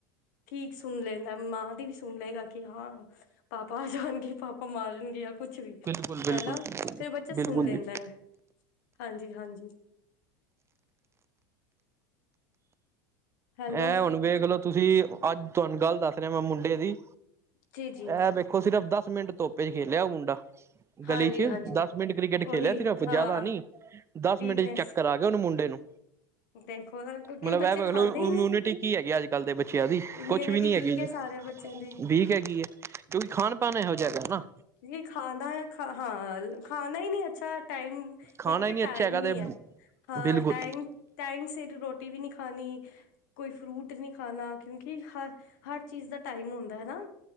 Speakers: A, on the left; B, on the right.
A: ਠੀਕ ਸੁਨ ਲੈਂਦਾ ਮਾਂ ਦੀ ਵੀ ਸੁਨ ਲਏਗਾ ਕਿ ਹਾਂ ਪਾਪਾ ਆ ਜਾਨਗੇ, ਪਾਪਾ ਮਾਰਨਗੇ ਯਾ ਕੁਛ ਵੀ
B: ਬਿਲਕੁਲ ਬਿਲਕੁਲ
A: ਹੈਨਾ
B: ਬਿਲਕੁਲ
A: ਫੇਰ ਬੱਚਾ
B: ਬਿਲਕੁਲ
A: ਸੁਨ ਲੈਂਦਾ
B: ਜੀ
A: ਐ, ਹਾਂਜੀ-ਹਾਂਜੀ। ਹੈਲੋ
B: ਐ ਹੁਣ ਵੇਖਲੋ ਤੁਸੀਂ ਅੱਜ ਤੁਆਨੂੰ ਗੱਲ ਦੱਸ ਰਆਂ ਮੈਂ ਮੁੰਡੇ ਦੀ
A: ਜੀ ਜੀ
B: ਐ ਵੇਖ ਖੋ ਸਿਰਫ਼ ਦਸ ਮਿੰਟ ਧੁੱਪ 'ਚ ਖੇਲਿਆ ਓ ਮੁੰਡਾ। ਗਲੀ
A: ਹਾਂਜੀ
B: 'ਚ
A: ਹਾਂਜੀ
B: ਦਸ ਮਿੰਟ ਕ੍ਰਿਕਟ
A: ਉਹੀ
B: ਖੇਲਯਾ ਸਿਰਫ
A: ਹਾਂ
B: ਜਾਦਾ ਨੀ ਦਸ
A: ਵੀਕਨੈਸ
B: ਮਿੰਟ 'ਚ ਚੱਕਰ ਆ ਉਨ ਮੁੰਡੇ ਨੂੰ।
A: ਦੇਖੋ ਨਾ ਕਿਉਂਕਿ
B: ਮਤਲਬ
A: ਬੱਚੇ
B: ਇਹ ਵੇਖ
A: ਖਾਂਦੇ
B: ਲਓ
A: ਹੀ
B: ਇਮਿਊਨਿਟੀ
A: ਨੀ
B: ਕੀ ਹੈਗੀ ਅੱਜ ਕੱਲ ਦੇ ਬੱਚੇਆਂ ਦੀ
A: ਇਮਿਊਨਿਟੀ
B: ਕੁਛ ਵੀ ਨੀ
A: ਵੀਕ
B: ਹੈਗੀ ਜੀ।
A: ਹੈ ਸਾਰਿਆਂ ਬੱਚਿਆਂ ਦੀ
B: ਵੀਕ ਹੈਗੀ ਏ ਕਿਉਂਕਿ ਖਾਨ-ਪਾਨ ਐਹੋ ਜਯਾ ਹੈਗਾ ਨਾ।
A: ਐ <unintelligible> ਖਾ ਹਾਂ ਖਾਨਾ ਹੀ ਨੀ ਅੱਛਾ ਟਾਈਮ
B: ਖਾਣਾ
A: ਇੱਕ ਤੇ
B: ਹੀ ਨੀ ਅੱਛਾ
A: ਟਾਈਮ
B: ਹੈਗਾ
A: ਨੀ
B: ਤੇ
A: ਐ ਹਾਂ
B: ਬਿਲਕੁਲ
A: ਟਾਈਮ ਟਾਈਮ ਸਿਰ ਰੋਟੀ ਵੀ ਨੀ ਖਾਨੀ। ਕੋਈ ਫਰੂਟ ਨੀ ਖਾਨਾ ਕਿਉਂਕਿ ਹਰ, ਹਰ ਚੀਜ਼ ਦਾ ਟਾਈਮ ਹੁੰਦਾ ਹਨਾ।